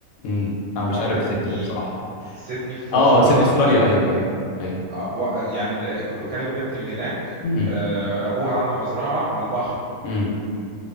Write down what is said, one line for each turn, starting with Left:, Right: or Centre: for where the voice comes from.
Left: امم انا
Right: ورتني
Left: مش عارف سيدني ده بصراحه
Right: سيدني في
Left: اه
Right: استراليا
Left: سيدني استراليا ايوه ايوه ايوه
Right: آه، و- يعني لا- كنت بكلم بنت من هناك
Left: امم
Right: آه، ابوها عنده مزرعه على البحر
Left: امم